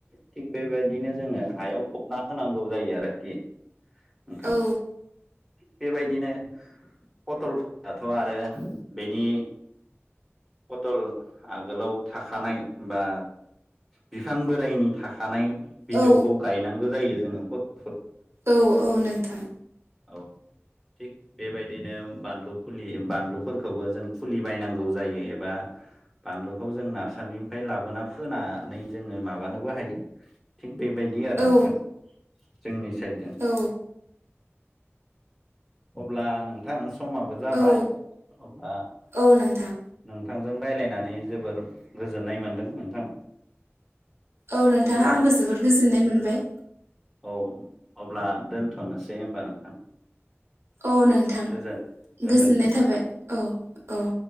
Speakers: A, in the centre; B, on the right.
A: थिग बेबायदिनो जोङो हायाव फबना होनांगौ जायो आरोखि नोंथां।
B: औ
A: बेबायदिनो पटलफोराथ' आरो बेनि पटल आगोलाव थाखानाय बा बिफां बोराइनि थाखानाय बिजौखौ
B: औ
A: गायनांगौ जायो जोङो पट
B: औ औ नोंथां
A: औ थिग बेबायदिनो बानलु फुलि बानलुफोरखौबो जों फुलि बायनांगौ जायो एबा बानलुखौ जों नारसारिनिफ्राय लाबोना फोनानै जोङो माबानोबो हायो थिग बेबायदि आरो
B: औ
A: नोंथां जोंनि साइडजों
B: औ
A: अब्ला नोंथां समाबो जाबाय
B: औ
A: अब्ला नों
B: औ नोंथां
A: नोंथांजों रायज्लायनानै जोबोर गोजोननाय मोनदों नोंथां
B: औ नोंथां
A: अब्ला
B: आंबो जोबोद गोजोननाय मोनबाय
A: औ अब्ला दोनथ'नोसै होनबा नोंथां
B: औ नोंथां
A: गो
B: गोजोननाय
A: गोजोनथों
B: थाबाय औ औ